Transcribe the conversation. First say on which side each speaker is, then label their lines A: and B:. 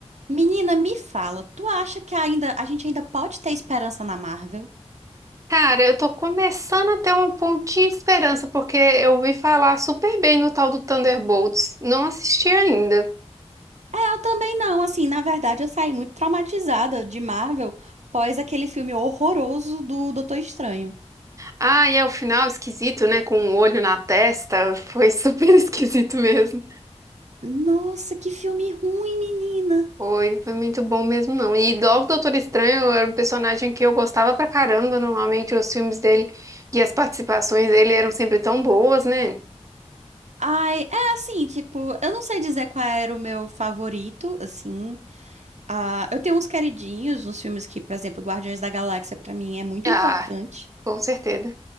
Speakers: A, on the right; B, on the right.
A: Menina, me fala, tu acha que ainda a gente ainda pode ter esperança na Marvel?
B: Cara, eu tô começando a ter um pontinho de esperança, porque eu ouvi falar super bem do tal do Thunderbolts. Não assisti ainda.
A: É, eu também não, assim, na verdade eu saí muito traumatizada de Marvel pós aquele filme horroroso do Doutor Estranho.
B: Ah, e é o final esquisito, né? Com um olho na testa. Foi super <laughs> esquisito mesmo.
A: Nossa, que filme ruim, menina.
B: Foi, foi muito bom mesmo, não. E logo o Doutor Estranho era um personagem que eu gostava pra caramba. Normalmente os filmes dele e as participações dele eram sempre tão boas, né?
A: Ai, é assim, tipo, eu não sei dizer qual era o meu favorito, assim. Ah, eu tenho uns queridinhos, uns filmes que, por exemplo, Guardiões da Galáxia pra mim é muito
B: Ah,
A: importante.
B: com certeza.